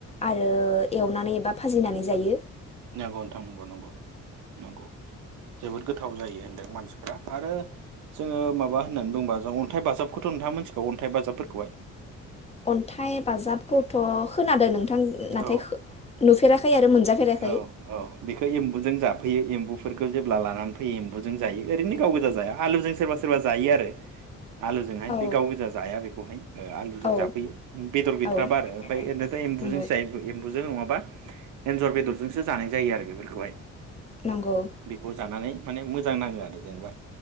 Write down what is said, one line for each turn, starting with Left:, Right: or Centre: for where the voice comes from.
Left: आरो एवनानै एबा फाजिनानै जायो
Right: नांगौ नोंथां नंगौ नंगौ नंगौ जोबोद गोथा व जायो होनदों मानसिफ्रा आरो जोङो माबा होननानै बुंबा जों अन्थाइ बाजाबखौथ' नोंथाङा मोनथिगौ अन्थाइ बाजाबफोरखौहाय
Left: अन्थाइ बाजाबखौथ' खोनादों नों नाथाय
Right: औ
Left: नुफेराखै आरो मोनजाफेराखै
Right: औ औ बेखौ एम्बुजों जाफैयो एम्बु एम्बुफोरखौ जेब्ला लानानै फैयो एम्बुजों जायो ओरैनो गाव गोजा जाया आलुजों सोरबा सोरबा जायो आरो आलुजोंहाय
Left: औ
Right: बे गाव गोजा जाया बेखौहाय आलुजों
Left: औ
Right: जाफैयो बेदर गैद्राबा
Left: औ
Right: आरो ओमफ्राय
Left: नंगौ
Right: ओैनोथ' एम्बुजों सो जायो एम्बुजों नङाबा एन्जर बेदरजोंसो जानाय जायो आरो बेफोरखौहाय
Left: नंगौ
Right: बेखौ जानानै माने मोजां नाङो आरो जेनेबा